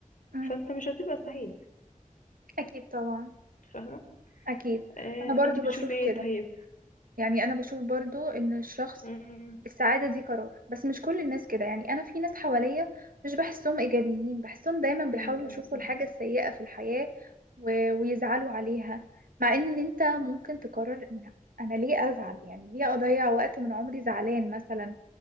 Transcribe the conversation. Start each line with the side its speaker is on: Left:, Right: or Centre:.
Right: مم.
Left: فانت مش هتبقى سعيد
Right: اكيد طبعا
Left: فاهمه
Right: اكيد
Left: آه
Right: انا برضو
Left: انتي بتشوفي
Right: بشوف
Left: ايه
Right: كده
Left: طيب
Right: يعني انا بشوف برضو ان الشخص
Left: أمم،
Right: السعادة دي قرار بس مش كل الناس كده يعني أنا في ناس حواليا مش بحسهم إيجابيين بحسهم دايما بيحاولوا
Left: أمم،
Right: يشوفوا
Left: أمم،
Right: الحاجة السيئة في الحياة و... ويزعلوا عليها مع إن أنت ممكن تقرر إن أنا ليه أزعل يعني ليه أضيع وقت من عمري زعلان مثلا